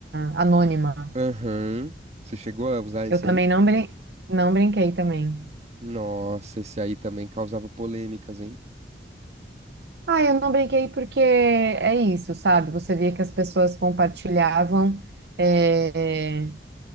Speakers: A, on the right; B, on the right.
A: anônima.
B: Aham. Você chegou a usar esse
A: Eu também
B: aí?
A: não, brin não brinquei também.
B: Nossa, esse aí também causava polêmicas, hein?
A: Ah, eu não brinquei porque é isso, sabe? Você via que as pessoas compartilhavam, é,